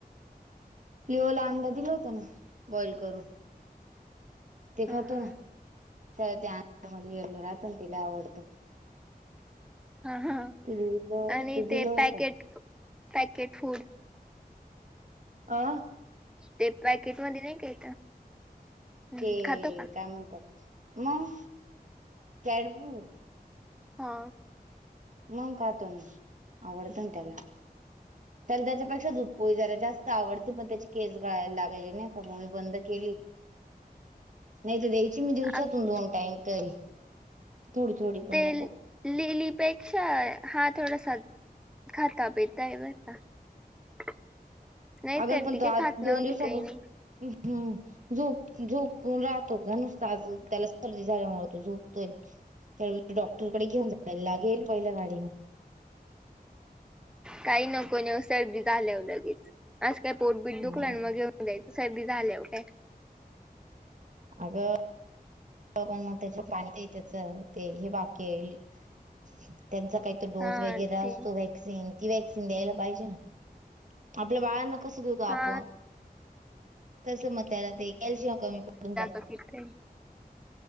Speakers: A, on the right; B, in the centre.
A: लिओला अंड दिल होता ना बॉइल करून. ते
B: हा
A: खातो
B: हा
A: ना त्याला ते अंड्यामधले येेलों राहतं ना ते लय आवडतं.
B: हा हां
A: ते दिलं
B: आणि
A: दिलं
B: ते
A: होतं
B: पॅकेट पॅकेट फूड.
A: आ
B: ते पॅकेट मध्ये नाही का येतं हम्म,
A: ते
B: खातो का
A: काय म्हणतात मग केडपू
B: हा.
A: मंग खातो ना आवडत ना त्याला. त्याला त्याच्यापेक्षा दुधपोळी जरा जास्त आवडते पण त्याचे केस गळायला लागले नाही का मग मी बंद केली. नाही तर द्यायची मी दिवसातून
B: अग-
A: दोन टाईम तरी थोडी थोडी पण
B: ते
A: नको.
B: लिलीपेक्षा हा थोडासा खाता पी ताय बरं का नाही
A: अगल
B: तर
A: पण
B: ती
A: तो
B: काही
A: आज
B: खात
A: दोन
B: नव्हती
A: दिवसापासू
B: काही नाही
A: उम्म हम्म. झोप झोपून राहतो का नुसता आसं त्याला सर्दी झाल्यामुळे तो झोपतोय. त्याले डॉक्टरकडे घेऊन जायला लागेल पहिल्या गाडीनी.
B: काही नको नेऊ सर्दी झाल्यावर लगेच आसं काय पोटबीट
A: गाडीने
B: दुखला आणि मग द्याच सर्दी झाल्या हो काय?
A: अगं पण मग त्याच्या पाणी ते त्याचा ते हे बाकी आहे ले त्यांचा काही तर डोस
B: हा
A: वगैरे
B: ते
A: असतो वॅक्सिन ती वॅक्सिन द्यायला पाहिजे ना. आपल्या बायाना कसं देऊ गं आपण
B: हा
A: तसं म त्याला ते कल्शियम कमी पडून जाय.
B: किथे